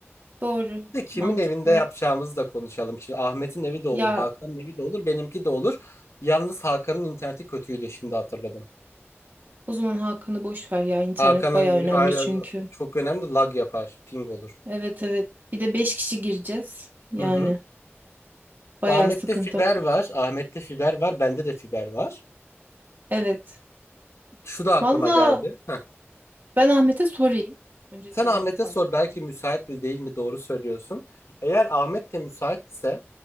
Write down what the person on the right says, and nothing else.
Doğru.
Mantıklı.
Ya
o zaman Hakan'ı boş ver ya internet
baya önemli
çünkü.
Evet evet. Bir de 5 kişi gireceğiz. Yani
baya
sıkıntı.
Evet.
Valla
Ben Ahmet'e sorayım. Öncelikle
evim müsait
mi
diye.